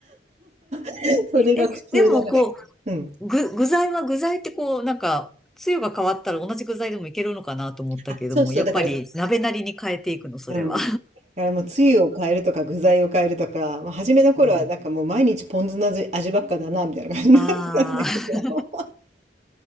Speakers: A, on the right; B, in the centre.
A: <laughs> それが苦痛なぐらい。
B: え、でもこ
A: うん。
B: う、ぐ、具材は具材ってこう、なんか、つゆが変わったら同じ具材でもいけるのかなと思ったけども、
A: あ、そうそう、
B: やっぱり鍋なりに変えていくの、
A: だから、
B: それは。
A: うん。だからもうつゆを変えるとか具材を変えるとか、まあ、初めの頃はなんかもう毎日ポン酢の味ばっかだなみたいな感じだったんだけど。
B: うん。ああ、<laughs>